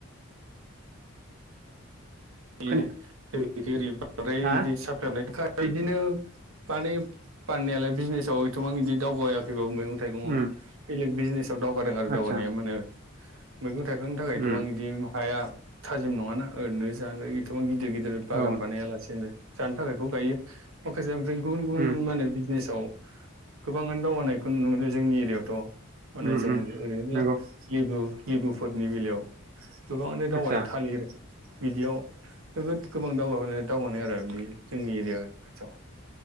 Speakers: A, on the right; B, on the right.
A: <inaudible> जोंनिथिं
B: खोना
A: ओरै बांद्राय
B: हा
A: इदि <inaudible> इदिनो बानायो फाननायालाय बिजनेसाव एथबां बिदि दावगायाखैबाबो मैगं थाइगंआव
B: उम
A: बेलेग बिजनेसाव दावगादों आरो
B: आदसा
A: दावगानाया माने मैगं थाइगंनि थाखाय
B: उम
A: एथ'बां बिदि हाया थाजिम नङाना ओरैनो जानो एथबां गिदि गिदिर गिदिर बागान
B: औ
A: बानाया लासेनोनो जानो थाखायखौ गायो माखासे रै गुबुन गुबुन
B: उम
A: माने‌ बिजनेसाव गोबाङानो दावगानायखौ नुनो मोनो जोंनि एरिायावथ' माने
B: उम
A: जों
B: उम
A: ओरैनो
B: नंगौ
A: लेबु लेबुफोरनि बेलायाव गोबाङानो दावबायानाय
B: आदसा
A: थालिर बिदियाव नोगोद गोबां दावगाखानाय दावगानाय आरो बे जोंनि एरिया खाथियाव।